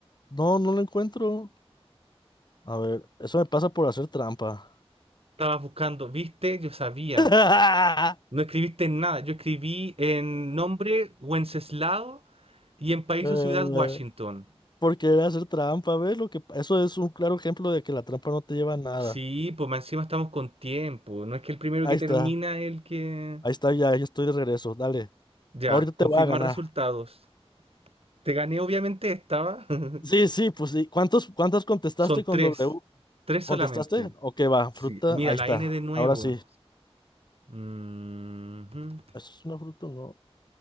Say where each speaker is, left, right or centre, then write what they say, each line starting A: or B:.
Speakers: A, on the left; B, on the right.
A: no, no lo encuentro. A ver, eso me pasa por hacer trampa.
B: Estabas buscando, viste, yo sabía.
A: <laughs>
B: No escribiste en nada. Yo escribí en nombre Wenceslao y en país
A: Eh,
B: o ciudad Washington.
A: por querer hacer trampa, ¿ves? Lo que, pa- eso es un claro ejemplo de que la trampa no te lleva a nada.
B: Sí, pues más encima estamos con tiempo. No es que el primero
A: Ahí
B: que termina
A: está,
B: es el que.
A: ahí está, ya, ya estoy de regreso. Dale,
B: Ya,
A: ahorita te
B: confirma
A: voy a ganar.
B: resultados. Te gané, obviamente, estaba. <laughs>
A: Sí, sí, pues sí. ¿Cuántos, cuántas contestaste
B: Son
A: con
B: tres.
A: W?
B: Tres
A: ¿Contestaste?
B: solamente.
A: Ok, va,
B: Sí,
A: fruta,
B: mira,
A: ahí
B: la
A: está.
B: N de nuevo.
A: Ahora sí.
B: Mhm.
A: ¿Eso es una fruta? o No.